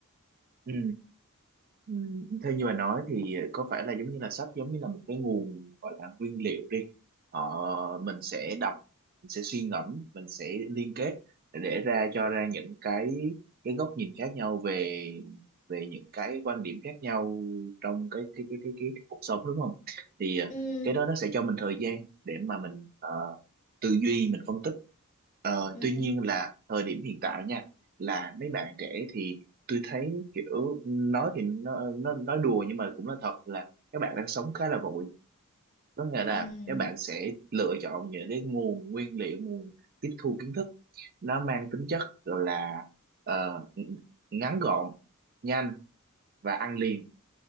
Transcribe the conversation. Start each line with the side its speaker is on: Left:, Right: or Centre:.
Right: ừ. Ừ, Theo như bà nói thì có phải là giống như là sách giống như là một cái nguồn gọi là nguyên liệu đi ờ, mình sẽ đọc mình sẽ suy ngẫm mình sẽ liên kết để, ra cho ra những cái cái góc nhìn khác nhau về về những cái quan điểm khác nhau trong cái cái cái cái, cái cuộc sống đúng không thì ờ,
Left: ừ
Right: cái đó nó sẽ cho mình thời gian để mà mình ờ, tư duy mình phân tích Ờ,
Left: ừ
Right: tuy nhiên là thời điểm hiện tại nha là mấy bạn trẻ thì tôi thấy kiểu nói thì nó, nó nói đùa nhưng mà cũng là thật là các bạn đang sống khá là vội có nghĩa là
Left: ừ
Right: các bạn sẽ lựa chọn những cái nguồn nguyên liệu nguồn tiếp thu kiến thức nó mang tính chất là ờ, ngắn gọn nhanh và ăn liền